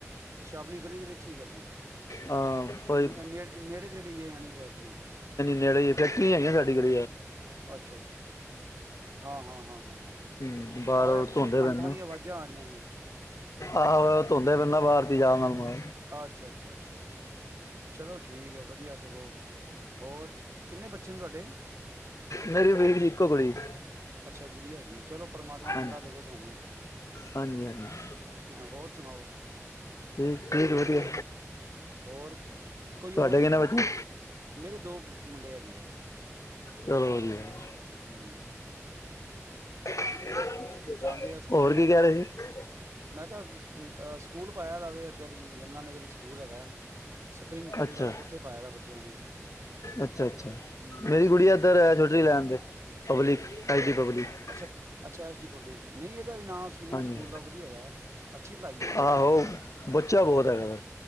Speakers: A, on the right; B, on the left.
A: ਅੱਛਾ ਆਪਣੀ ਗਲੀ ਦੇ ਵਿੱਚ ਹੀ ਕਰਦੇ ਹੋ
B: ਹਾਂ ਕੋਈ
A: ਨੇੜੇ ਨੇੜੇ ਨੇੜੇ ਅਨ ਫਕਰੀ
B: ਨੜ ਫੈਕਟਰੀ ਹੈਗ ਸਾਡੀ ਕੋਲ
A: ਅੱਛਾ ਅੱਛਾ ਹਾਂ ਹਾਂ ਹਾਂ ਹਾਂ ਹਾਂ
B: ਹੂੰ ਬਾਹਰੋਂ
A: ਆ ਇਹ ਪਿੱਛੋਂ
B: ਧੋਂਦੇ
A: ਪੰਠਾਂ
B: ਪਏ ਨਾ
A: ਦੀ ਆਵਾਜਾਂ ਆ ਰਹੀਆਂ ਹੈ
B: ਆਹੋ ਧੋਂਦੇ ਪਹਦਾ ਬਾਹਰਤੀ ਜਾ ਮੈਨੂੰ
A: ਅੱਛਾ ਅੱਛਾ ਅੱਛਾ ਅੱਛਾ ਚਲੋ ਠੀਕ ਹੈ ਵਧੀਆ ਸਭੋਂ <unintelligible> ਹੋਰ ਕਿੰਨੇ ਬੱਚੇ ਬੱਚੇ ਤੁਹਾਡੇ
B: ਮੇਰੀ ਵੀਲੀ ਇੱਕੋ ਕੁੜੀ <unintelligible>
A: ਅੱਛਾ ਗੁੜਿਆ ਹੈਗੀ ਆ ਚਲੋ ਪਰਮਾਤਮਾ ਮੁੰਡਾ
B: ਹਾਂਜੀ
A: ਦੇਵੇ ਤੁਹਾਨੂੰ
B: ਹਾਂਜੀ ਹਾਂਜੀ
A: ਹੋਰ ਸੁਣਾਓ
B: ਠੀਕ ਠੀਕ ਵਧੀਆ
A: ਹੋਰ ਕੋਈ ਹੋਰ
B: ਤੁਹਾਡੇ
A: ਵੀ
B: ਕਿੰਨੇ ਬੱਚੇ
A: ਮੇਰੇ ਦੋ ਮੁੰਡੇ ਹੈਗੇ ਆ
B: ਚਲੋ ਵਧੀਆ
A: ਹਮ
B: <unintelligible>
A: ਹਾਂਜੀ <unintelligible> ਜਾਂਦੇ ਆ ਸਕੂਲ
B: ਹੋਰ ਕੀ
A: ਬੜੇ
B: ਕਹਿ ਰਹੇ ਸੀ
A: ਮੈਂ ਅ ਸਕੂਲ ਪਾਇਆ ਦਾ ਇੱਧਰ ਯਮੁਨਾਨਗਰ ਸਕੂਲ ਹੈਗਾ ਸਪਰਿੰਗ ਫੀਲਡ
B: ਅੱਛਾ
A: ਉੱਥੇ ਪਾਇਆ ਦਾ ਬੱਚਿਆਂ ਨੂੰ
B: ਅੱਛਾ ਅੱਛਾ
A: ਹਮ
B: ਮੇਰੀ ਗੁੜੀਆ ਇੱਧਰ ਹੈ ਛੋਟੀ ਲੈਣ ਦੇ ਪਬਲਿਕ ਆਈ ਟੀ ਪਬਲਿਕ
A: ਅੱਛਾ ਅੱਛਾ ਐਸ ਡੀ ਪਬਲਿਕ ਨਹੀਂ ਦਾ ਵੀ ਨਾਂ ਸੁਣਿਆ
B: ਹਾਂਜੀ
A: ਸਕੂਲ ਦਾ ਵਧੀਆ ਹੈਗਾ ਅੱਛੀ ਪੜ੍ਹਾਈ ਹੈ ਇੱਧਰ
B: ਆਹੋ
A: ਵੀ
B: ਬੱਚਾ ਬਹੁਤ ਹੈਗਾ ਵਾ